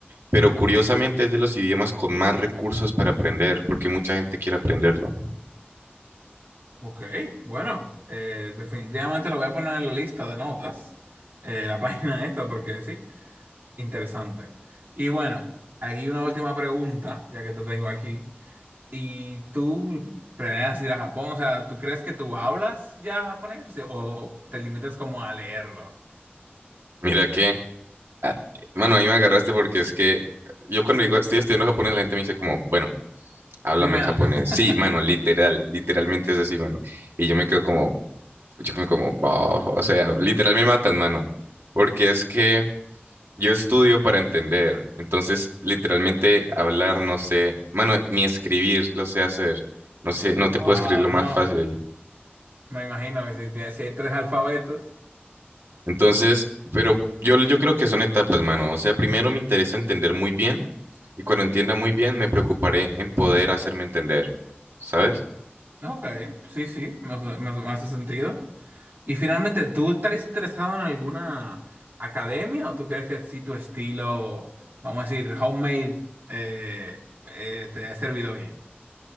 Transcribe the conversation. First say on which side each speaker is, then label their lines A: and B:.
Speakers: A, on the right; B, on the right.
A: Pero curiosamente es de los idiomas con más recursos para aprender, porque mucha gente quiere aprenderlo.
B: Ok, bueno, eh, definitivamente lo voy a poner en la lista de notas, eh, la <laughs> página esta, porque sí, interesante. Y bueno, aquí una última pregunta, ya que te tengo aquí. ¿Y tú planeas ir a Japón? O sea, ¿tú crees que tú hablas ya japonés o, sea, o te limitas como a leerlo?
A: Mira que Ah, Bueno, ahí me agarraste porque es que yo cuando digo estoy estudiando japonés, la gente me dice como, bueno, háblame
B: Dime
A: en
B: algo.
A: japonés. Sí, mano, literal,
B: <laughs>
A: literalmente es así, mano. Y yo me quedo como, yo me como, "Bof", o sea, literal me matan, mano. Porque es que yo estudio para entender. Entonces, literalmente hablar, no sé, mano, ni escribir lo sé hacer. No sé, no te
B: Wow,
A: puedo escribir lo más
B: no,
A: fácil.
B: me imagino que si, tie- si hay tres alfabetos.
A: Entonces, pero yo, yo creo que son etapas, mano. O sea, primero me interesa entender muy bien y cuando entienda muy bien me preocuparé en poder hacerme entender, ¿sabes?
B: Ok, sí, sí, me, me me hace sentido. Y finalmente, ¿tú estarías interesado en alguna academia o tú crees que si tu estilo, vamos a decir, homemade, eh, eh, te ha servido bien?